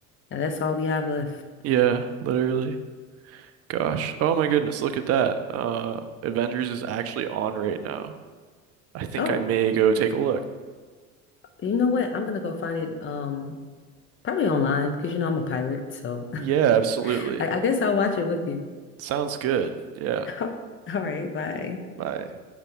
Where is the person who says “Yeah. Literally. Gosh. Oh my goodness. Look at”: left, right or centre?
Right